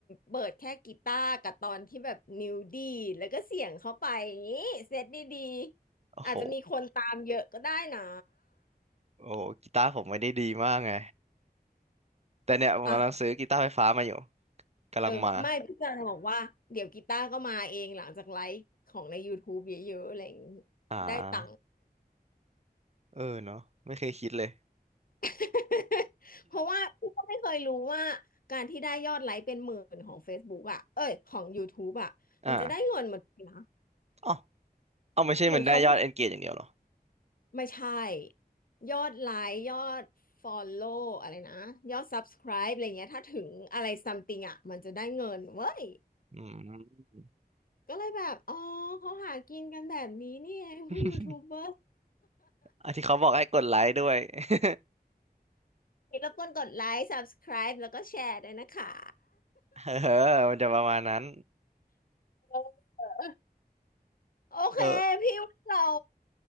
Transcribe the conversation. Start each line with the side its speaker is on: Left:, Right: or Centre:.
Left: เปิดแค่กีตาร์กับตอนที่แบบนิ้วดีดแล้วก็เสียงเข้าไปอย่างนี้เซตดีๆอาจจะมีคนตามเยอะก็ได้นะ
Right: <laughs> โอ้โหโอ้โหกีตาร์ผมไม่ได้ดีมากไงแต่เนี่ยผมกำลังซื้อกีตาร์ไฟฟ้ามาอยู่
Left: อ่ะ
Right: กำลังมา
Left: เออไม่พี่จะบอกว่าเดี๋ยวกีตาร์ก็มาเองหลังจากไลฟ์ของใน YouTube เยอะๆอะไรอย่างนี้
Right: อ่า
Left: ได้ตังค์
Right: เออเนาะไม่เคยคิดเลย
Left: <laughs> เพราะว่าพี่ก็ไม่เคยรู้ว่าการที่ได้ยอดไลค์เป็นหมื่นของ Facebook อ่ะเอ้ยของ YouTube อ่ะมันจะได้เงินเหมือนกันนะ
Right: <laughs> อ่า เอาไม่ใช่มันได้ยอดเอนเกจอย่างเดียวเหรอ
Left: เหมือนเขาไม่ใช่ยอดไลค์ยอด Follow อลโลว์อะไรนะยอด Subscribe อะไรเงี้ยถ้าถึงอะไร something อ่ะมันจะได้เงินเว้ย
Right: อืม
Left: ก็เลยแบบอ๋อเขาหากินกันแบบนี้นี่เองพวกยูทูบเบอร์
Right: <laughs> อ่ะที่เขาบอกให้กดไลค์ด้วย <laughs>
Left: อย่ารบกวนกดไลค์ subscribe แล้วก็แชร์ด้วยนะคะ
Right: เออมันจะประมาณนั้น
Left: เออโอเคพี่ว่าเรา
Right: เออ